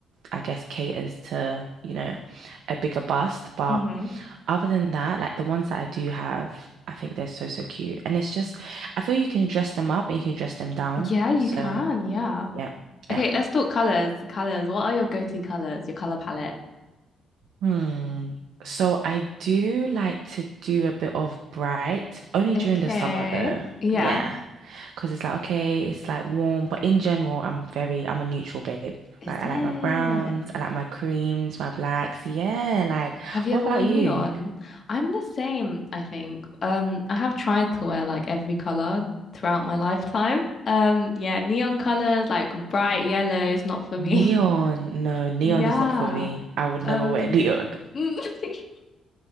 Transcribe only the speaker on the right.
I guess caters to, you know, a bigger bust. But
other than that, like the ones that I do have, I think they're so, so cute. And it's just, I feel you can dress them up and you can dress them down.
So
yeah, yeah.
Hmm. So I do like to do a bit of bright, only
during the summer though.
Yeah, cause it's like okay, it's like warm, but in general, I'm very I'm a neutral babe.
Like I
like my browns, I like my creams, my blacks. Yeah, like
what
about
you?
Neon.
No, neon
is not for me. I would never
wear <laughs> neon.